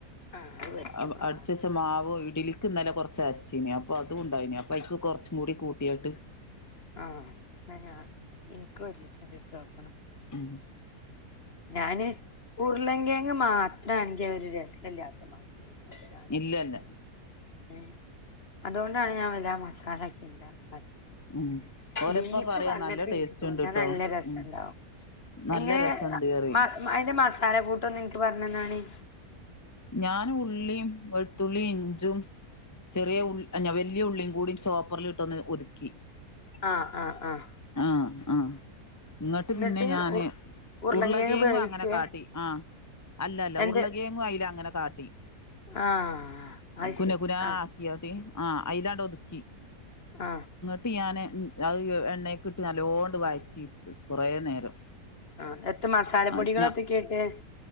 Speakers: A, on the left (about 40°); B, on the left (about 20°).
A: ആഹ് അത് പറ്റും
B: അവ്
A: ആഹ്
B: അടിച്ചെച്ച മാവോ ഇഡ്ലി ക്ക് ന്നലെ കൊറച്ച് അരച്ചീനി അപ്പോ അതും ഉണ്ടായിനി. അപ്പോ അയ്ക്ക് കൊറച്ചും കൂടി കൂട്ടിയാട്ട്
A: ആഹ് ആന്നോ എനിക്കും ഒരീസം ചുട്ടോക്കണം
B: ഉം
A: ഞാന് ഉർലങ്കയങ്ങ് മാ ത്രാണെങ്കിൽ ഒരു രസ ഇല്യാത്ത മാതിരിയാനിക്ക് മസാല
B: ഇല്ലല്ല
A: ല്ല അതോണ്ടാണ് ഞാൻ വല്ല മസാല ഒക്കെ ഇണ്ടാക്കാന്
B: ഉം ഓലപ്പ
A: ബീഫ്
B: പറയാ
A: പറഞ്ഞപ്പ
B: നല്ല ടേസ്റ്റ്
A: എനിക്ക് തോന്നി
B: ഇണ്ട്ട്ടോ
A: അത് നല്ല രസംണ്ടാവും.
B: ഉം നല്ല
A: എങ്ങനെ
B: രസണ്ട് പറയും
A: മ അയിന്റെ മസാല കൂട്ടോന്ന് എനിക്ക് പറഞ്ഞന്നാണി.
B: ഞാൻ ഉള്ളീം വെളുത്തുള്ളീം ഇഞ്ചും ചെറിയ ഉ അല്ല വല്യ ഉള്ളീം കൂടി ചോപ്പറിലിട്ടൊന്ന് ഒതുക്കി.
A: ആഹ് ആഹ് ആഹ്
B: ആഹ് ആഹ് ഇങ്ങട്ട്
A: ന്നിട്ട്
B: പിന്നെ ഞാന്
A: ഉ ഉരുളങ്കിഴങ്ങ്
B: ഉരുളകേങ്ങും
A: വേവിക്കേ
B: അങ്ങനെ കാട്ടി. ആഹ് അല്ല അല്ല
A: എന്ത്
B: ഉരുളകേങ്ങും അയിലങ്ങനെ കാട്ടി
A: ആഹ് അത്
B: കുനെ
A: ശരി
B: കുന
A: ആഹ്
B: ആക്കിയാത്? ആഹ് അയില്ലാണ്ട് ഒതുക്കി
A: ആഹ്
B: ന്നിട്ട് ഞാന് അത് എണ്ണയൊക്കെ ഇട്ട് നല്ലോണ്ട് വഴറ്റി ഇടുത്ത് കൊറേ നേരം
A: ആഹ് എത്ത് മസാലപ്പൊടികളൊത്തെക്കേട്ട്?
B: ആഹ് ഞ